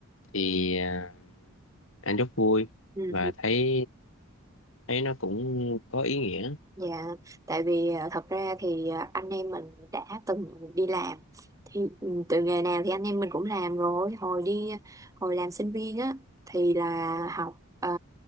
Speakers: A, on the left; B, on the right.
A: thì ờ, anh rất vui
B: ừ.
A: và thấy thấy nó cũng có ý nghĩa
B: Dạ, tại vì à, thật ra thì à, anh em mình đã từng đi làm thì ừ, từ nghề nào thì anh em mình cũng làm rồi hồi đi hồi làm sinh viên á thì là học à,